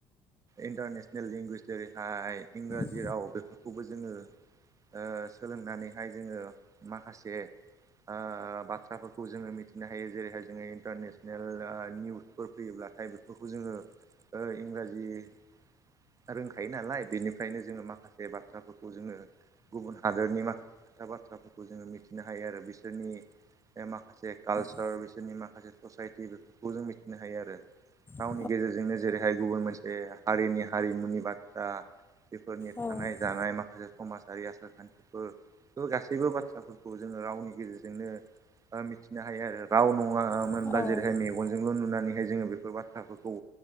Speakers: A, on the right (about 30°); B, on the left (about 20°).
A: इन्टारनेसनेल लेंगुवेज जेरैहाय इंराजि
B: औ
A: राव बेफोरखौबो जोङो ओ सोलोंनानैहाय जोङो माखासे आ बाथ्राफोरखौ जोङो मिथिनो हायो जेरैहाय जोङो इन्टारनेट स्नेल ओ इयुटुबफोर फैयोब्लाथाय जोङो इंराजिनि रोंखायो नालाय बेनिफ्रायनो जोङो माखासे बाथ्राफोरखौ जोङो गुबुन हादोरनि माखासे खोथा बाथ्राफोरखौ जोङो मिथिनो हायो आरो बिसोरनि ओ माखासे कालचार
B: औ
A: बिसोरनि माखासे ससाइटि बेफोरखौ जों मिथिनो हायो आरो रावनि
B: औ
A: गेजेरजोंनो जेरैहाय गुबुन मोनसे हारिनि हारिमुनि बाथ्रा बेफोरनि
B: औ
A: थानाय जानाय माखासे समाजारि आसार खान्थि बो बेफोर गासैबो बाथ्राफोरखौ जोङो रावनि गेजेरजोंनो ओ मिथिनो हायो आरो राव नङाआ
B: औ
A: मोनब्ला जेरैहाय मे मेगनजोंल' नुनानैहाय जोङो बेफोर बाथ्राफोरखौ